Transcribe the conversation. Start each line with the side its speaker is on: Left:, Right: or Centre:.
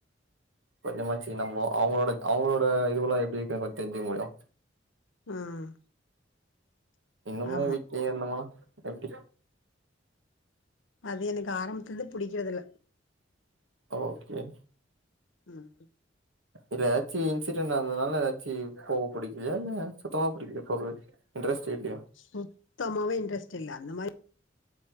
Right: கொஞ்சமாச்சி நம்ப அவங்களோட அவங்களோட இதுவ்ல்லா எப்டி இருக்குன்னு கொஞ்சோ தெரிஞ்சிக்க முடியூ
Left: ம்
Right: இன்னுமே
Left: ஆமா
Right: வீட்லியே இருந்தோம்னா எப்டி
Left: அது எனக்கு ஆரம்பத்துலர்ந்தே புடிக்கறதில்ல
Right: ஓ கே
Left: ம்
Right: இல்ல ஏதாச்சு இன்சிடெட் நடந்ததுனால ஏதாச்சு போவ புடிக்கலையா இல்ல சுத்தமா புடிக்கலயா போகவே இண்ட்ரெஸ்ட் இல்லயா
Left: சுத்தமாவே இன்ட்ரெஸ்ட் இல்ல அந்த மாரி